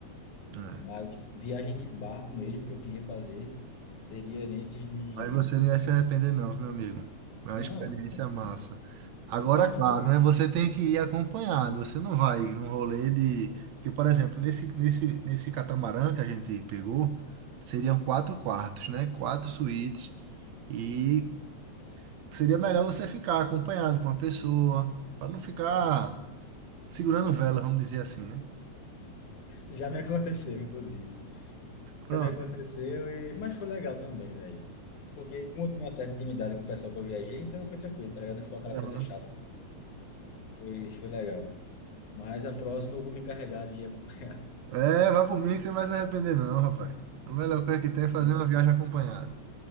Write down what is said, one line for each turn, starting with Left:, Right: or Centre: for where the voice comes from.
Right: É.
Left: Mas viagem de barco mesmo que eu queria fazer seria nesses de.
Right: Mas você não ia se arrepender, não, meu amigo. É uma
Left: Não,
Right: experiência
Left: eu tô falando
Right: massa.
Left: que não.
Right: Agora,
Left: Mas como
Right: claro,
Left: tu...
Right: né? Você tem que ir acompanhado. Você não vai num rolê de. Porque, por exemplo, nesse, nesse, nesse catamarã que a gente pegou, seriam quatro quartos, né? Quatro suítes. E seria melhor você ficar acompanhado com uma pessoa, para não ficar segurando vela, vamos dizer assim, né?
Left: já me aconteceu, inclusive.
Right: Pronto.
Left: Já me aconteceu e. Mas foi legal também, velho. Porque como eu tinha uma certa intimidade com o pessoal que eu viajei, então foi tranquilo, tá ligado? Não ficou aquela coisa
Right: aham.
Left: chata. Foi, foi legal. Mas a próxima eu vou me encarregar de ir acompanhar. <laughs>
Right: É, vai por mim que você não vai se arrepender, não, rapaz. A melhor coisa que tem é fazer
Left: Não,
Right: uma viagem acompanhada.